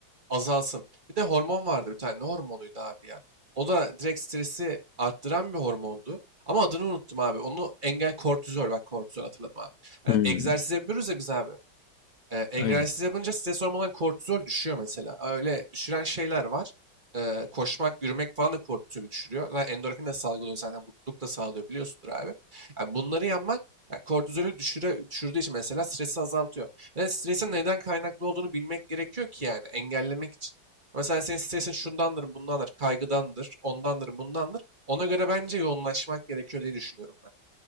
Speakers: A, on the right; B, on the left.
A: azalsın. Bir de hormon vardı bir tane. Ne hormonuydu abi ya? O da direkt stresi arttıran bir hormondu. Ama adını unuttum abi. Onu engel kortizol. Bak kortizol hatırladım abi. Yani
B: Hı hı.
A: egzersiz yapıyoruz ya biz abi. E, egzersiz
B: Aynen.
A: yapınca stres hormonundan kortizol düşüyor mesela. Öyle düşüren şeyler var. E, koşmak, yürümek falan da kortizol düşürüyor. Lan endorfin de salgılıyor zaten. Mutluluk da sağlıyor biliyorsundur abi. Yani bunları yapmak yani kortizolü düşüre, düşürdüğü için mesela stresi azaltıyor. Ve stresin neden kaynaklı olduğunu bilmek gerekiyor ki yani engellemek için. Mesela senin stresin şundandır, bundandır, kaygıdandır, ondandır, bundandır. Ona göre bence yoğunlaşmak gerekiyor diye düşünüyorum ben.